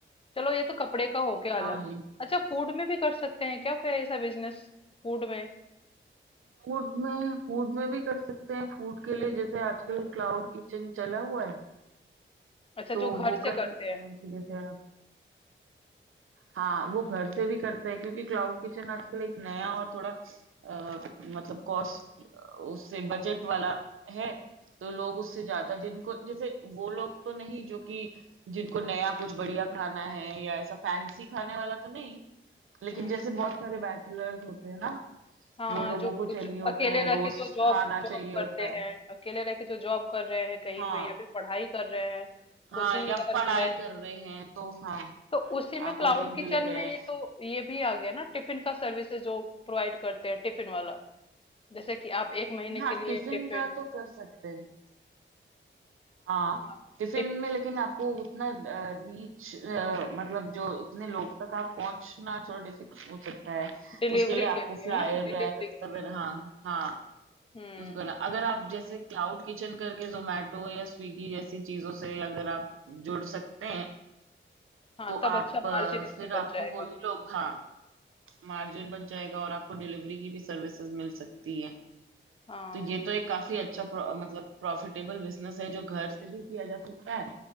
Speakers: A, on the left; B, on the right.
A: चलो ये तो कपड़े का हो गया अलग
B: हाँ ये
A: अच्छा फूड में भी कर सकते हैं क्या कोई ऐसा बिजनेस फूड में
B: फूड में फूड में भी कर सकते हैं फूड के लिए जैसे आजकल क्लाउड किचन चला हुआ है
A: अच्छा
B: तो
A: जो घर
B: वो
A: से
B: कर
A: करते
B: सकते
A: हैं
B: हैं कि जैसे आप हाँ वो घर से भी करते हैं क्योंकि क्लाउड किचन आजकल एक नया और थोड़ा अ, मतलब कॉस्ट उससे बजट वाला है तो लोग उससे ज्यादा जिनको जैसे वो लोग तो नहीं जो कि जिनको नया कुछ बढ़िया खाना है या ऐसा फैंसी खाने वाला तो नहीं लेकिन
A: हम्म
B: जैसे बहुत सारे बैचलर्स होते हैं ना
A: हाँ
B: वो लोगों
A: जो,
B: को चाहिए
A: जो
B: होता
A: अकेले
B: है
A: रह
B: रोस्ट
A: के जो जॉब
B: खाना चाहिए
A: जॉब
B: होता
A: करते
B: है
A: हैं अकेले रह के जो जॉब कर रहे हैं कहीं
B: हाँ
A: पे या फिर पढ़ाई कर रहे हैं
B: हाँ
A: कोचिंग वगैरह
B: या
A: ले
B: पढ़ाई
A: रहे हैं
B: कर रहे हैं तो हाँ
A: तो उसी में
B: हाँ
A: क्लाउड
B: कोचिंग
A: किचन
B: के लिए गए
A: में
B: हैं
A: ये तो ये भी आ गया ना टिफिन का सर्विसेज जो प्रोवाइड करते हैं टिफिन वाला जैसे कि आप एक महीने
B: हाँ
A: के लिए
B: टिफिन
A: टिफिन
B: का तो कर सकते हैं हाँ
A: हाँ
B: टिफिन
A: टिफिन
B: में लेकिन आपको उतना रीच मतलब जो इतने लोग तक आप पहुंचना थोड़ा डिफिकल्ट हो सकता है
A: डिलीवरी
B: उसके लिए आपको
A: के लिए
B: फ्लायर
A: ना डिलीवरी
B: व्लायर
A: के
B: सब
A: लिए
B: हाँ हाँ
A: हम्म
B: उसको करना अगर आप जैसे क्लाउड किचन करके जोमेटो या स्विगी जैसी चीजों से अगर आप जुड़ सकते हैं
A: हाँ
B: तो
A: तब
B: आप
A: अच्छा
B: अ,
A: मार्जिन इसमें
B: फिर
A: बच
B: आपको
A: जाएगा
B: वही लोग हाँ मार्जिन बच जाएगा और आपको डिलीवरी की भी सर्विसेज मिल सकती है
A: हाँ
B: तो ये तो एक काफी अच्छा प्रो- मतलब प्रॉफिटेबल बिजनेस है जो घर से भी किया जा सकता है